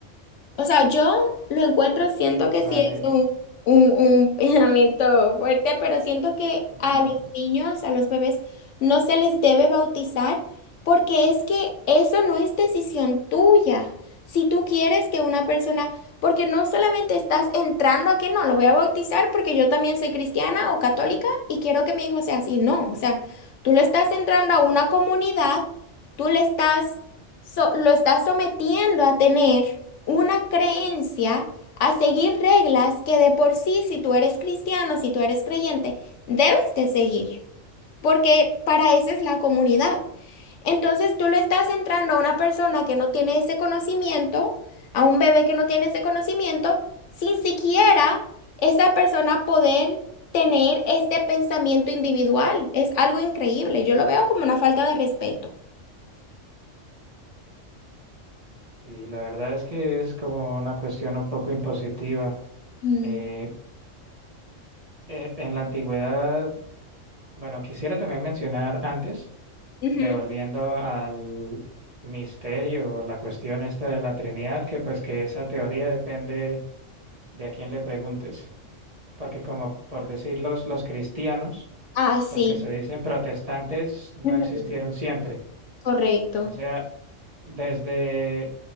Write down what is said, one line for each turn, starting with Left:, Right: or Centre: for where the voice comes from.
Left: O sea, yo lo encuentro, siento que
Right: Vale,
Left: sí es un,
Right: eh,
Left: un, un <laughs> pensamiento fuerte, pero siento que
Right: bueno,
Left: a los niños, a los bebés, no se les debe bautizar porque es que eso no es decisión tuya. Si tú quieres que una persona, porque no solamente estás entrando a que no, lo voy a bautizar porque yo también soy cristiana o católica y quiero que mi hijo sea así. No, o sea, tú le estás entrando a una comunidad, tú le estás, so- lo estás sometiendo a tener una creencia a seguir reglas que de por sí, si tú eres cristiano, si tú eres creyente, debes de seguir, porque para eso es la comunidad. Entonces tú le estás entrando a una persona que no tiene ese conocimiento, a un bebé que no tiene ese conocimiento, sin siquiera esa persona poder tener este pensamiento individual. Es algo increíble. Yo lo veo como una falta de respeto.
Right: y la verdad es que es como una cuestión un poco impositiva.
Left: Mm,
Right: Eh, eh, en la antigüedad, bueno, quisiera también mencionar antes,
Left: Ujú.
Right: devolviendo al misterio, la cuestión esta de la Trinidad, que pues que esa teoría depende de a quién le preguntes, porque como por decir los los cristianos,
Left: Ah, sí.
Right: los que se dicen protestantes no
Left: Ujú.
Right: existieron siempre.
Left: Correcto.
Right: O sea, desde,